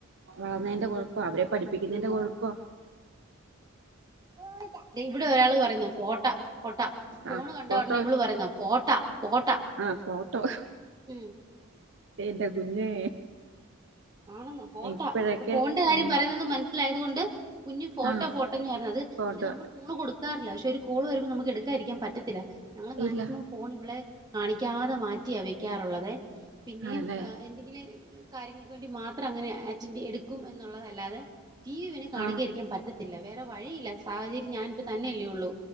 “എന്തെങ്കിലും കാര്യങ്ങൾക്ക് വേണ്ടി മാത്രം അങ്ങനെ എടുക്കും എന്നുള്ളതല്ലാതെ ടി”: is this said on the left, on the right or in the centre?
Right